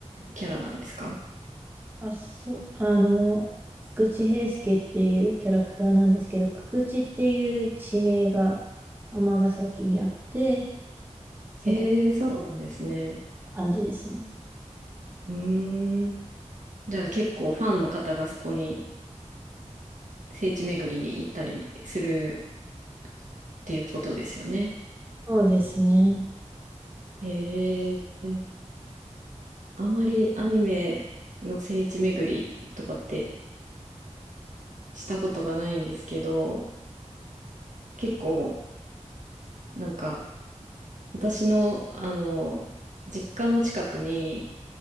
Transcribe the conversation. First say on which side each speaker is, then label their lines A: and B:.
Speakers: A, on the right; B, on the right.
A: キャラなんですか
B: あ、そ、あの、久々平介っていうキャラクターなんですけど、久々っていう地名が尼崎にあって、そこ、
A: へえ、そうなんですね。
B: 感じですね。
A: うーん。じゃあ結構ファンの方がそこに聖地巡りに行ったりするっていうことですよね。
B: そうですね。
A: へえ、あんまりアニメの聖地巡りとかってしたことがないんですけど、結構なんか私のあの、実家の近くに